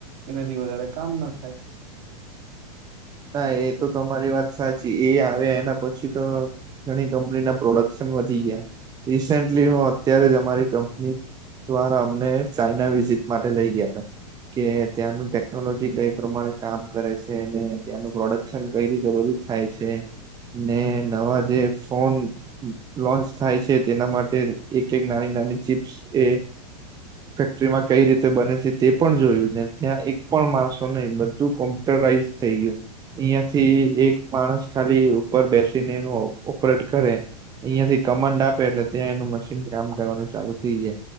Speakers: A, on the right; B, on the right.
A: એનાથી વધારે કામ ના થાય.
B: ના એ તો અરી વાત સાચી એ આવે એના પછી તો ઘણી કંપની ના પ્રોડક્શન વધી ગયા રિસેન્ટલી હું અત્યારે જ અમારી કંપની દ્વારા અમને ચાઈના વિઝિટ માટે લઈ ગયા તા કે ત્યાંનું ટેકનોલોજી કઈ પ્રમાણે કામ કરે છે ને ત્યાંનું પ્રોડક્શન કઈ રીતે બધું થાય છે ને નવા જે ફોન લોન્ચ થાય છે તેના માટે એક એક નાની નાની ચીપ્સ એ ફેક્ટરીમાં કઈ રીતે બને છે તે પણ જોયું ને ત્યાં એક પણ માણસો નહીં બધું કોમ્પ્યુટરાઈઝ થઈ ગયું. અહિયાંથી એક માણસ ખાલી ઉપર બેસીને એનું ઓપરેટ કરે અહિયાયાથી કમંડ આપે ત્યાં એનું મશીન કામ કરવાનું ચાલુ થઇ જાય.